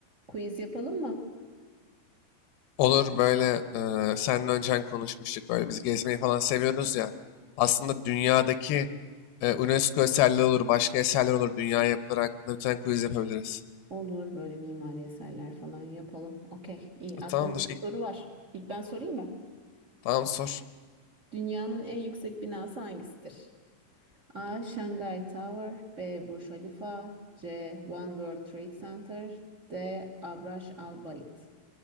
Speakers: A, on the right; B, on the left.
A: Quiz yapalım mı?
B: Olur böyle eee seninle öncen konuşmuştuk böyle biz gezmeyi falan seviyoruz ya. Aslında dünyadaki eee, UNESCO eserleri olur, başka eserler olur. Dünya yapıları hakkında bir tane quiz yapabiliriz.
A: Olur böyle mimari eserler falan yapalım. Okey, iyi.
B: E,
A: Aklımda
B: tamamdır.
A: bir
B: ilk
A: soru var. İlk ben sorayım mı?
B: tamam sor.
A: Dünyanın en yüksek binası hangisidir? A. Shanghai Tower B. Burj Khalifa C. One World Trade Center D. Abraş Al Bait